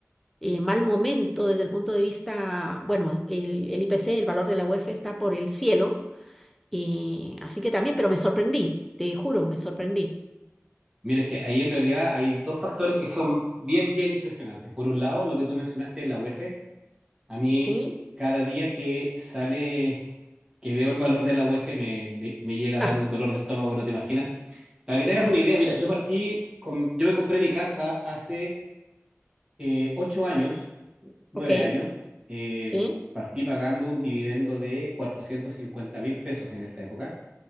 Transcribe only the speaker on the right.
Mira, es que ahí en realidad hay dos factores que son bien, bien impresionantes. Por un lado, lo que tú mencionaste, la UEF, a mí
cada día que sale que veo el valor de la UEF me, me, me llega a
dar un dolor de estómago que no te imaginas. Para que te hagas
una idea, mira, yo partí, con, yo me compré mi casa hace eh, ocho años, nueve
años, eh,
partí pagando un dividendo de cuatrocientos cincuenta mil pesos en esa época.